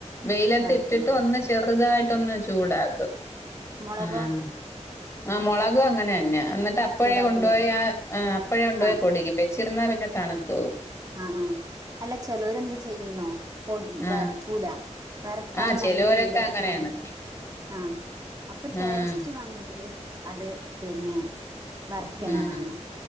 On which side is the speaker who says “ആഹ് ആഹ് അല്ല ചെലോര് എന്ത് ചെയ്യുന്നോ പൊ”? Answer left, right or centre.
Right